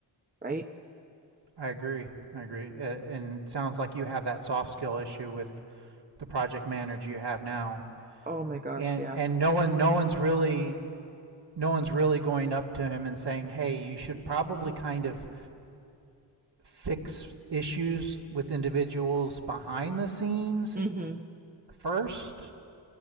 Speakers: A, on the right (about 20°); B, on the right (about 55°).
A: right?
B: i agree i agree Uh, and it sounds like you have that soft skill issue with the project manager you have now,
A: Oh my gosh,
B: and
A: yeah.
B: and no one no one's really no one's really going up to him and saying, "Hey, you should probably kind of fix issues with individuals behind the scenes
A: Mm-hmm.
B: first.